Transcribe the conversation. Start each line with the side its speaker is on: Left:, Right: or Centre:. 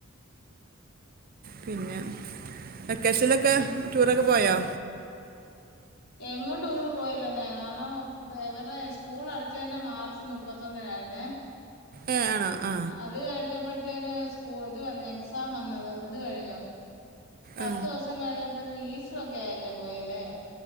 Right: പിന്നെ വെക്കേഷൻലൊക്കെ ടൂറൊക്കെ പോയോ
Left: എങ്ങും ടൂറ് പോയില്ലന്നെ കാര്ണം വ ഇവർടെ സ്കൂൾ അടച്ചതന്നേ മാർച്ച് മു പ്പത്തൊന്നിനായിര്ന്നേ.
Right: ഏ ആണോ ആ
Left: അത് കഴിഞ്ഞപ്പഴത്തേന് കൂ ഇത് വന്നെ എക്സാം വന്നത് ഇത് കഴിഞ്ഞോ പത്തു
Right: ആ
Left: ദിവസം കഴിഞ്ഞപ്പഴത്തേക്ക് ഈസ്സോ ഒക്കെ ആയില്ലേ പോയില്ലേ.